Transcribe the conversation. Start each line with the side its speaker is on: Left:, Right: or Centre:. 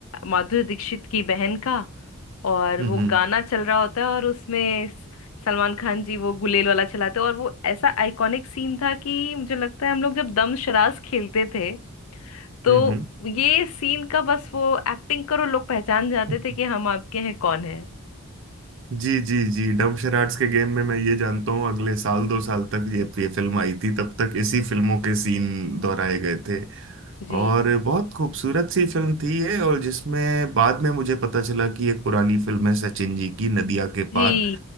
Left: माधुरी दीक्षित की बहन का और
Right: हम्म
Left: वो
Right: हम्म
Left: गाना चल रहा होता है और उसमें स- सलमान खान जी वो गुलेल वाला चलाते हैं और वो ऐसा आइकॉनिक सीन था कि मुझे लगता है हम लोग जब दम शराज खेलते थे तो
Right: हम्म हम्म।
Left: ये सीन का बस वो एक्टिंग करो लोग पहचान जाते
Right: <laughs>
Left: थे कि हम आपके हैं कौन है
Right: जी जी जी डम शराड्स के गेम में मैं ये जानता हूँ अगले साल दो साल तक ये ये फिल्म आई थी तब तक इसी फिल्मों के सीन दोहराए गए थे
Left: जी
Right: और बहुत खूबसूरत सी फिल्म थी ये और जिसमें बाद में मुझे पता चला कि एक पुरानी फिल्म है सचिन जी की नदिया
Left: जी
Right: के पार